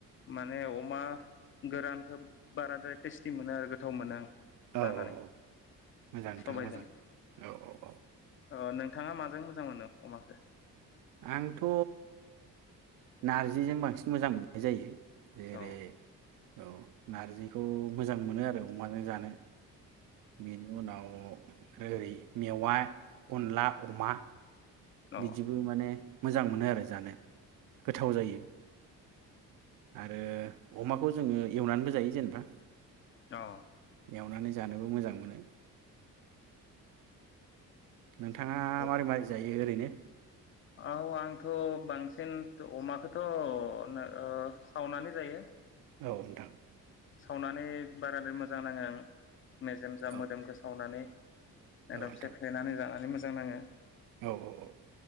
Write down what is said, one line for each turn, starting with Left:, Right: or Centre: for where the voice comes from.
Left: माने अमा। गोरानखौ बाराद्राय टेस्टि मोनो आरो गोथाव मोनो आं।
Right: औ औ
Left: जानानै
Right: औ मोजां नोंथां
Left: सबायजों
Right: मोजां औ औ
Left: ओ नोंथाङा माजों मोजां मोनो अमाखौ
Right: आंथ' नार्जिजों बांसिन मोजां मोननाय जायो जेरै
Left: अ
Right: औ नारजिखौ मोजां मोनो आरो अमाजों जानो बिनि उनाव आरो ओरै मेवा अनला अमा
Left: अ
Right: बिदिबो माने मोजां मोनो आरो जानो गोथाव जायो आरो अमाखौ जोङो एवनानैबो जायो जेनेबा
Left: औ
Right: एवनानै जानोबो मोजां मोनो नोंथाङा
Left: अ
Right: मारै मारै जायो ओरैनो
Left: औ आंथ' बांसिन अमाखौथ' सावनानै जायो
Right: औ नोंथां
Left: सावनानै बाराद्राय मोजां नाङो आं मेजेमजा
Right: औ
Left: मोदोमखो सावनानै एकदम
Right: नोंथां
Left: सेफ्लेनानै जानानै मोजां मोजां नाङो
Right: औ औ औ